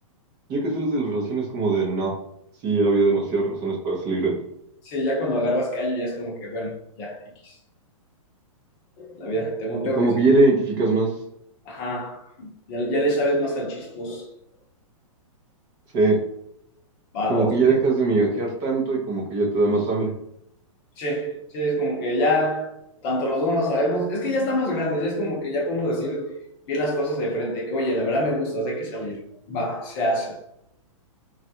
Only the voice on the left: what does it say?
Sí, ya cuando agarras callo ya es como que, bueno, ya, X. La vida, te monteo
que... se-
Ajá, ya, ya le sabes más al chispos.
Va,
ok.
Sí, sí, es como que ya, tanto los dos no lo sabemos, es que ya estamos grandes, ya es como que ya podemos decir bien las cosas de frente, que oye, la verdad me gusta, hay que salir. Va, se hace.